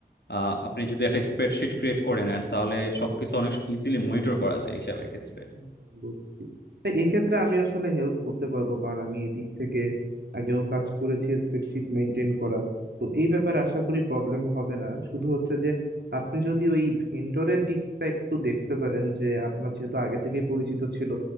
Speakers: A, on the left; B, on the right.
A: আহ, আপনি যদি একটা স্প্রেডশিট ক্রিয়েট করে নেন তাহলে সবকিছু অনেক ইজিলি মনিটর করা যায় হিসাবের ক্ষেত্রে
B: হুম, বুঝছি তা এক্ষেত্রে আমি আসলে হেল্প করতে পারবো কারণ আমি এই দিক থেকে আগেও কাজ করেছি স্প্রেডশিট মেনটেন করা তো এই ব্যাপারে আশা করি প্রবলেম হবে না শুধু হচ্ছে যে আপনি যদি ওই ভেন্ডরের দিকটা একটু দেখতে পারেন যে আপনার যেহেতু আগে থেকেই পরিচিত ছিল